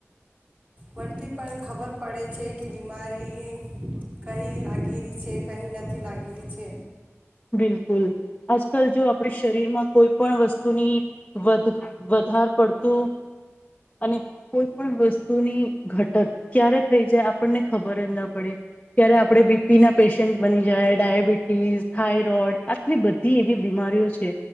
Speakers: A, on the right; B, on the left.
A: વનતી પણ ખબર પડે છે કે બીમારી કહી લાગી રહી છે કહી નથી લાગી રહી છે.
B: બિલકુલ આજકાલ જો આપણે શરીરમાં કોઈ પણ વસ્તુની વધ વધાર પડતું અને કોઈ પણ વસ્તુની ઘટત ક્યારે થઈ જાય આપણને ખબર જ ના પડે ક્યારે આપણે બીપી ના પેશન્ટ બની જાય ડાયાબિટીસ થાઈરોઈડ આટલી બધી એવી બીમારીઓ છે